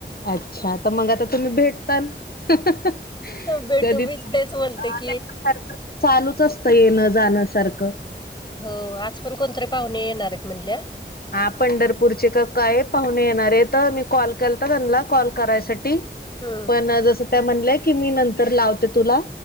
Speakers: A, on the left (about 55°); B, on the left (about 25°).
A: अच्छा तर मग आता तुम्ही भेटतात
B: भेटू
A: कधी
B: मीच
A: <unintelligible>
B: तेच बोलते की
A: चालूच असतं येण जाणं सारखं
B: हो आज पण कोणतरी पाहुणे येणार हाइत म्हणल्या
A: हा पंढरपूरचे का काय पाहुणे येणारे हाइत मी कॉल केलता त्यांना कॉल करायसाठी
B: हम्म
A: पण जसं त्या म्हणल्या की मी नंतर लावते तुला